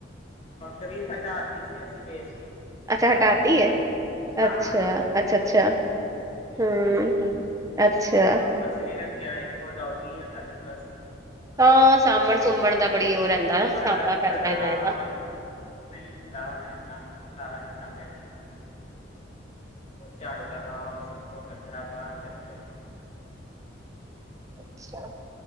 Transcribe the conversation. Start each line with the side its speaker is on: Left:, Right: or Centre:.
Left: ਬੱਕਰੀ ਹਟਾਤੀ ਸੀ ਅਸੀਂ ਵੇਚਤੀ।
Right: ਅੱਛਾ ਹਟਾਤੀ ਏ,
Left: ਹਾਂ
Right: ਅੱਛਾ, ਅੱਛਾ-ਅੱਛਾ।
Left: ਵੇਚਤੀ
Right: ਹੂੰ
Left: ਸੀ ਨਾ
Right: ਅੱਛਾ।
Left: ਹੁਣ ਕੁਛ ਨੀ ਰੱਖਿਆ, ਇੱਕੋ ਡੋਗੀ ਆ ਖਾਲੀ ਬਸ।
Right: ਹਾਂ ਸਾਂਭਣ ਸੁੰਬਣ ਦਾ ਬੜੀ ਉਹ ਰਹਿੰਦਾ। ਨਾ
Left: ਬੜਾ
Right: ਸਾਂਭਣਾ
Left: ਦਿੱਕਤ
Right: ਪੈਂਦਾ
Left: ਆ
Right: ਇਨਾ
Left: ਹਾਂ
Right: ਇਹਦਾ
Left: ਉਹੀ ਨਾ। ਨਹੀਂ ਹੁੰਦਾ ਹੋਣ ਏਨਾ, ਖਿਲਾਰਾ ਨੀ ਸਾਂਭਿਆ ਜਾਂਦਾ ਨਾਲੇ। ਝਾੜੂ ਲਗਾਓ, ਸੁੱਟੋ ਕਚਰਾ ਬਾਹਰ ਚੁੱਕ-ਚੁੱਕ ਕੇ।
Right: <unintelligible>